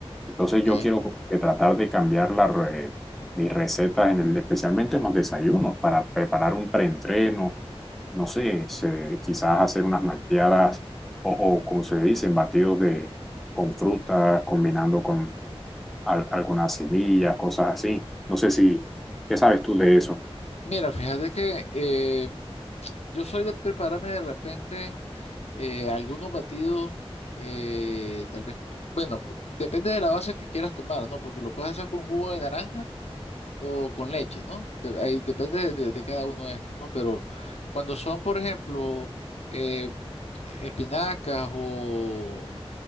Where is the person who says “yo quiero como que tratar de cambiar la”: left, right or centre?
Centre